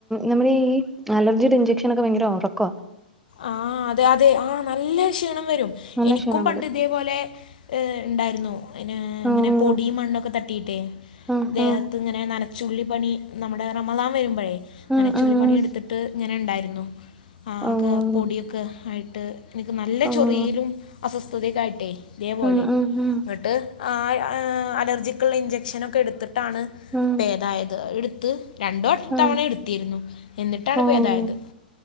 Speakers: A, in the centre; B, on the left (about 60°).
A: നമ്മടെ ഈ അലർജിടെ ഇഞ്ചക്ഷനൊക്കെ ഭയങ്കര ഒറക്ക.
B: ആഹ് അതെ അതെ ആഹ് നല്ല ക്ഷീണം വെരും.
A: നല്ല
B: എനിക്കും
A: ക്ഷീണം
B: പണ്ട്
A: വരും
B: തേ പോലെ ഏഹ് ഇണ്ടായിരുന്നു. അയ്ന് ഇങ്ങനെ
A: ആഹ്
B: പൊടിം മണ്ണൊക്കെ തട്ടിട്ടെ..
A: ആഹ്
B: ദേഹത്ത്
A: ആഹ്
B: ങ്ങനെ നനച്ചുള്ളിപ്പണി നമ്മടെ റമളാം വെരുമ്പഴേ
A: ഉം
B: നനച്ചുള്ളിപ്പണി
A: ഉം ഉം ഉം
B: എട്ത്ത് ട്ട് ഇങ്ങെനെ ണ്ടായിരുന്നു. ആഹ്
A: ഓഹ്
B: പൊട്യൊക്കെ ആയിട്ട് എനിക്ക് നല്ല
A: ഓഹ്
B: ചൊറിയലും അസ്വസ്ഥതക്കായിട്ടേ ഇതേപോലെ
A: ഉം ഉം ഉം
B: ങ്ങട്ട് ആഹ് എഹ് അലർജിക്ക്ള്ള ഇഞ്ചക്ഷനൊക്കെ ട്ത്ത്ട്ടാണ്
A: ഉം
B: പ്പേതായത് ഇട്ത്ത് രണ്ടോ
A: ആഹ്
B: തവണ ഇട്ത്തിരുന്നു എന്നിട്ടാണ്
A: ഓഹ്
B: പേതായത്.